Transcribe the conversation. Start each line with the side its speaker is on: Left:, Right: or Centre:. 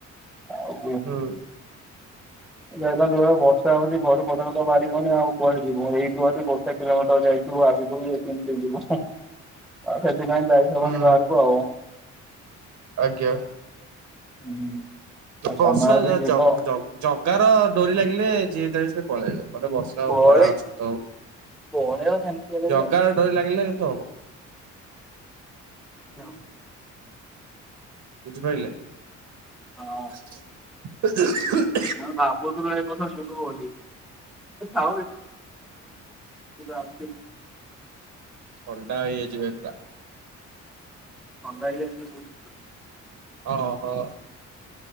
Centre: ଆଉ।
Right: ହଁ
Centre: ଯାଇ ଯାଇ ଯୋ ଭଳିଆ ବର୍ଷା ହଉଛି ଘରୁ ପଦାରୁ ବାହାରିବନି ଆଉ କୁଆଡେ ଯିବୁ। ଏଇଠୁ ବର୍ଷା କିଲୋମିଟର ଯାଇଛି। ଆସିବ କେମିତି ଯିବା ସେଥିପାଇଁ ଯାଇ ହବନି
Right: ହୁଁ
Centre: ବାହାରକୁ
Right: ହୁଁ
Centre: ଆଉ।
Right: ଆଜ୍ଞା
Centre: ହୁଁ ଆଉ
Right: ବର୍ଷା
Centre: ତମେ ଯଦି
Right: ଜ
Centre: ଯିବ
Right: ଜ ଜ ଜଗାର ଡୋରି ଲାଗିଲେ ଯିଏ ଯାଏ ସେ ପଳେଇବ ମାନେ ବର୍ଷା
Centre: ପଳେ
Right: ହଉ ଖରା ହଉ ଶୀତ ହଉ
Centre: ପଳେଇବ ସେମିତି ହେଲେ
Right: ଜଗାର
Centre: ଯେ
Right: ଡରି ଲାଗିଲା କିନ୍ତୁ ହବ।
Centre: ହଁ
Right: ବୁଝିପାରିଲେ।
Centre: ହଁ
Right: <inaudible>
Centre: ନା ଭାବୁଥିଲୁ ଏ କଥା ଯିବୁ ବୋଲି। ଆ <unintelligible>
Right: ଅଣ୍ଡା ହେଇଯାଇଛି ଭାଇ ପୁରା।
Centre: ଥଣ୍ଡା ହେଇଯାଇଛି <unintelligible> ବହୁତ
Right: ହଁ ହ।